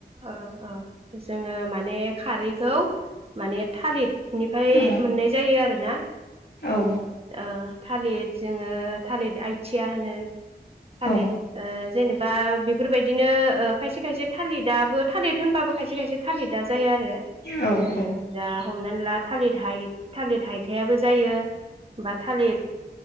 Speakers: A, on the right; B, on the left.
A: ओ ओ जोङो माने खारैखौ माने थालिर इनिफाय
B: औ
A: मोननाय जायो आरो ना
B: औ
A: ओ थालिर जोङो थालिर आइथिया होनो थालिट
B: औ
A: ओ जेनेबा बेफोरबायदिनो ओ खायसे खायसे थालिदाबो थालिद होनबाबो खायसे खायसे थालिदा जाया आरो
B: औ
A: जो जा हमनानै होमब्ला थालिद हाय थालिद हायथायाबो जायो बा थालिद